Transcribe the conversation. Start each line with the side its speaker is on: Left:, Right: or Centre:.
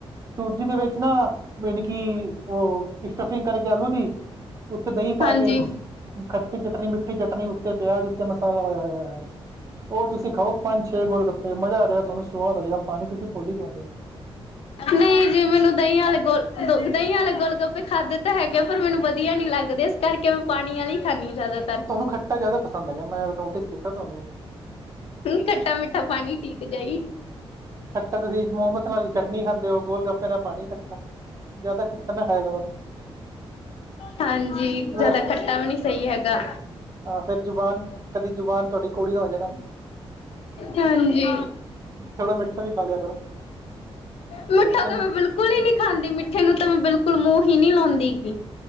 Right: ਸੂਜੀ ਦੇ ਵਿੱਚ ਨਾ ਯਾਣੀ ਕੀ ਉਹ ਸਟਫਿੰਗ ਕਰਕੇ ਆਲੂ ਦੀ ਉੱਤੇ ਦਈਂ ਪਾ
Left: ਹਾਂਜੀ।
Right: ਕੇ ਖੱਟੀ ਚਟਨੀ, ਮਿੱਠੀ ਚਟਨੀ ਉੱਤੇ ਪਿਆਜ, ਉੱਤੇ ਮਸਾਲਾ ਵਗੇਰਾ, ਵਗੇਰਾ। ਉਹ ਤੁਸੀਂ ਖਾਓ ਪੰਜ ਛੇ ਗੋਲ ਗੱਪੇ ਮਜ਼ਾ ਆ ਜਾਏ ਗਾ। ਤੁਹਾਨੂੰ ਸਵਾਦ ਆ ਜਾਏਗਾ। ਪਾਨੀ ਤੁਸੀਂ ਭੁੱਲ ਹੀ ਜੋਗੇ।
Left: ਨਹੀਂ ਜੀ ਮੈਨੂੰ ਦਹੀਂ ਵਾਲੇ ਗੋਲ, ਦਹੀਂ ਵਾਲੇ ਗੋਲਗੱਪੇ ਖਾਧੇ ਤਾਂ ਹੈਗੇ ਪਰ ਮੈਨੂੰ ਵਧੀਆ ਨੀ ਲੱਗਦੇ। ਕਰਕੇ ਮੈਂ ਪਾਣੀ ਆਲੇ ਹੀ ਖਾਨੀ ਜ਼ਿਆਦਾ।
Right: ਤੁਹਾਨੂੰ ਖੱਟਾ ਜ਼ਿਆਦਾ ਪਸੰਦ ਹੈਗਾ, ਮੈਂ ਨੋਟਿਸ ਕੀਤਾ ਤੁਹਾਨੂੰ
Left: ਖੱਟਾ, ਮਿੱਠਾ ਪਾਣੀ ਠੀਕ ਜਿਆ ਈ।
Right: ਖੱਟਾ ਤੁਸੀਂ ਮੋਮਸ ਨਾਲ ਚਟਨੀ ਖਾਂਦੇ ਹੋ ਗੋਲ ਗੱਪੇ ਨਾਲ ਪਾਣੀ ਖੱਟਾ। ਜ਼ਿਆਦਾ ਖੱਟਾ ਨਾ ਖਾਇਆ ਕਰੋ।
Left: ਹਾਂਜੀ
Right: ਬਸ
Left: ਜ਼ਿਆਦਾ ਖੱਟਾ ਵੀ ਨੀ ਸਹੀ ਹੈਗਾ
Right: ਹਾਂ, ਫਿਰ ਜ਼ੁਬਾਨ ਕਦੀ ਜ਼ੁਬਾਨ ਤੁ ਕਦੀ ਕੋੜੀ ਨਾ ਹੋਜੇ ਨਾ।
Left: ਹਾਂਜੀ।
Right: ਥੋੜਾ ਮਿੱਠਾ ਵੀ ਖਾ ਲਿਆ ਕਰੋ
Left: ਮਿੱਠਾ
Right: ਤੇ
Left: ਤਾਂ ਮੈਂ ਬਿਲਕੁਲ ਬਿਲਕੁਲ ਹੀ ਨਹੀਂ ਖਾਂਦੀ ਮਿੱਠੇ ਨੂੰ ਤਾਂ ਮੈਂ ਬਿਲਕੁਲ ਮੂੰਹ ਹੀ ਨਹੀਂ ਲਾਉਂਦੀਗੀ।